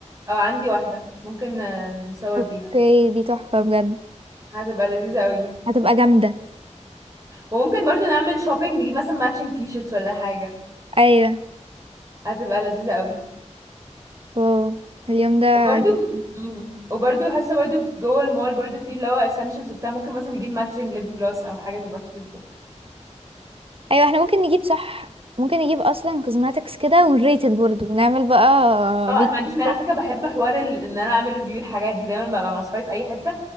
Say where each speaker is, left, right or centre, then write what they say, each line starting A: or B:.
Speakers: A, on the right; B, on the right.
A: او عندي واحدة ممكن آه، نصور
B: اوكي
A: بيها
B: دي تحفة بجد
A: هتبقى لذيذة قوي
B: هتبقى جامدة
A: وممكن برضو نعمل شوبينج نجيب مثلا ماتشنج تي شيرتس ولا حاجة
B: ايوه
A: هتبقى لذيذة قوي
B: واو اليوم ده
A: وبرده
B: جامد
A: مم. وبرده حاسه برده في جوه المول برده في اللي هو اسينشلز وبتاع ممكن مثلا نجيب ماتشنج ليب جلوس او حاجه تبقى كيوت برده
B: ايوه احنا ممكن نجيب صح ممكن نجيب اصلا كوزماتكس كده ونريتد برضه ونعمل بقى
A: اه
B: فيديو
A: انا ما عنديش
B: تيك
A: مانع
B: توك
A: على فكره بحب حوار ال- ان انا اعمل ريفيو الحاجات دي دايما ببقى مع اصحابي في اي حته